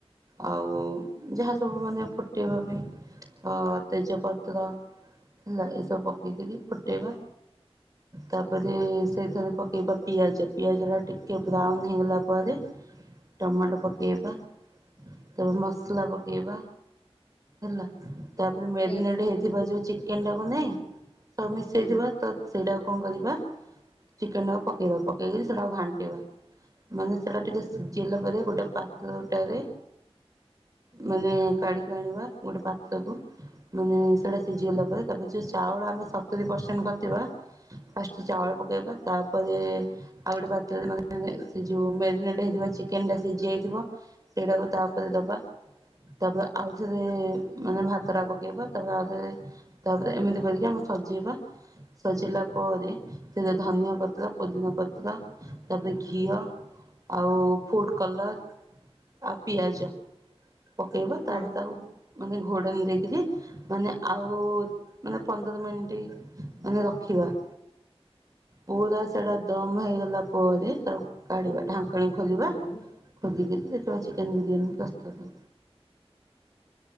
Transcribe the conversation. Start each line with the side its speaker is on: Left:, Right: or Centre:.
Right: ଆଉ ଯାହା ସବୁ ମାନେ ଫୁଟେଇବା ପାଇଁ ଅ ତେଜପତ୍ର ହେଲା ଏସବୁ ପକେଇକିରି ଫୁଟେଇବା। ତାପରେ ସେଇଥିରେ ପକେଇବା ପିଆଜ ପିଆଜ ଟା ଟିକେ ବ୍ରାଉନ୍ ହେଇଗଲା ପରେ ଟମାଟୋ ପକେଇବା। ତେବେ ମସଲା ପକେଇବା ହେଲା। ତାପରେ ମ୍ୟାରିନାଡି
Left: ହୁଁ
Right: ହେଇଥିବା ଯୋଉ ଚିକେନ୍ ଟାକୁ ନାଇଁ ସବୁ ମିଶେଇଥିବା
Left: ହୁଁ
Right: ତ ସେଇଟା ଆଉ କଣ କରିବା ଚିକେନ୍ ଟାକୁ ପକେଇବା ପକେଇକିରି ସେଇଟାକୁ ଘାଣ୍ଟିବା। ମାନେ ସେଟା ଟିକେ ସିଜିଗଲା ପରେ ଗୋଟେ ପାତ୍ର ଟାରେ ମାନେ କାଢିକି ଆଣିବା ଗୋଟେ ପାତ୍ର କୁ। ମାନେ ସେଇଟା ସିଜିଗଲା ପରେ ତାପରେ ଯୋଉ ଚାଉଳ ଆମେ ସତୁରି ପରସେଣ୍ଟ୍ କରିଥିବା। ଫାଷ୍ଟ ଚାଉଳ ପକେଇବା ତାପରେ ଆଉ ଗୋଟେ ପାତ୍ରରେ ମାନ୍ ସେ ଯୋଉ ମ୍ୟାରିନେଡ୍ ହେଇଥିବା ଚିକେନ୍ ଟା ସିଜି ଯାଇଥିବ ସେଇଟାକୁ ତା ଉପରେ ଦବା। ତାପରେ ଆଉଥରେ ମାନେ ଭାତ ଟା ପକେଇବା ତାପରେ ଆଉଥରେ ତାପରେ ଏମିତି କରିକି ଆମେ ସଜେଇବା। ସଜେଇଲା ପରେ ସେଥିରେ ଧନିଆ ପତ୍ର ପୋଦିନା ପତ୍ର ତାପରେ ଘି ଘିଅ ଆଉ ଫୁଡ଼୍ କଲର୍ ଆଉ ପିଆଜ ପକେଇବା ତାପରେ
Left: ହୁଁ
Right: ତାକୁ ମାନେ ଘୋଡନି ଦେଇକିରି ମାନେ ଆଉ ମାନେ ପନ୍ଦର ମିନିଟ୍ ମାନେ ରଖିବା। ପୁରା ସେଟା ଦମ୍ ହେଇଗଲା ପରେ ତାକ୍ କାଢ଼ିବା ଢାଙ୍କେଣୀ ଖୋଲିବା
Left: ହୁଁ
Right: ଖୋଲିକିରି ଯେତେବେଳେ ଚିକେନ୍ ବିରିୟାନୀ ପ୍ରସ୍ତୁତ।